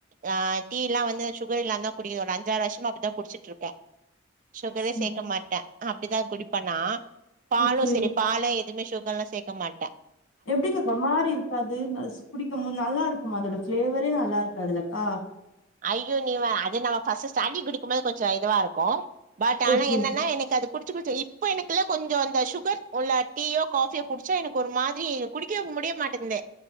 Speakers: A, on the right (about 40°); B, on the left (about 80°).
A: ஆ டீ எல்லா வந்து சுகர் இல்லாந்தா குடிக்கறோ அஞ்சாறு வருஷமா அப்டிதா குடிச்சிட்டு இருக்கே சுகரே
B: சேரி
A: சேக்க மாட்டே அப்டிதா குடிப்ப நா பாலு
B: ஓகே
A: சரி பால்ல எதுமே சு கரெல்லா சேக்க மாட்டே
B: எப்டிக்கா ஒரு மாரி இருக்காது குடிக்கும்போது நல்லா இருக்குமா அதோட ஃபிளேவரே நல்லா இருக்காதில்லக்கா
A: அய்யோ நீ வே அது நம்ம ஃபர்ஸ்ட் ஸ்டாட்டிங் குடிக்கும்போது கொஞ்சோ இதுவா இருக்கு பட் ஆனா
B: ஓகே
A: என்னன்னா எனக்கு அது குடிச்சு குடிச்சு இப்ப எனக்கெல்லா கொஞ்சோ அந்த சுகர் இல்ல டீயோ காஃபியோ குடிச்சா எனக்கு ஒரு மாதிரி குடிக்க முடிய மாட்டங்குது